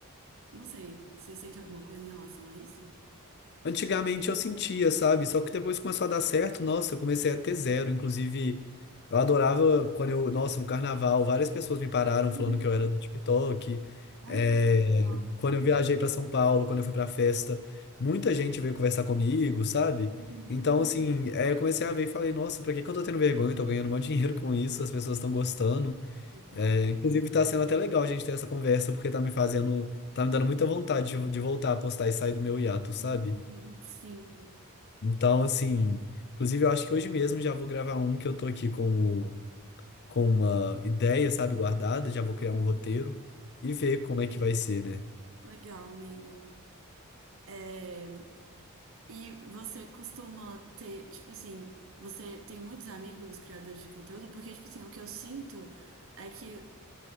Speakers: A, on the right; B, on the left.
A: Não sei. Você sente alguma coisa em relação a isso?
B: Antigamente eu sentia, sabe? Só que depois começou a dar certo, nossa, eu comecei a ter zero. Inclusive, eu adorava quando eu, nossa, no carnaval, várias pessoas me pararam
A: Uhum.
B: falando que eu era do TikTok.
A: Ah,
B: É,
A: legal.
B: quando eu viajei para São Paulo, quando eu fui para festa, muita gente veio conversar comigo, sabe?
A: Uhum.
B: Então, assim, é, eu comecei a ver e falei, nossa, pra que que eu tô tendo vergonha? Eu tô ganhando um monte de dinheiro com isso, as pessoas estão gostando.
A: Legal.
B: É, inclusive, tá sendo até legal a gente ter essa conversa, porque tá me fazendo, tá me dando muita vontade de, de voltar a postar e sair do meu hiato, sabe?
A: Uhum. Sim.
B: Então, assim, inclusive eu acho que hoje mesmo já vou gravar um que eu tô aqui com, o- com uma ideia, sabe, guardada, já vou
A: Uhum.
B: criar um roteiro e ver como é que vai ser, né?
A: Legal, amigo. É, E você costuma ter, tipo assim, você tem muitos amigos criadores de conteúdo? Porque, tipo assim, o que eu sinto é que,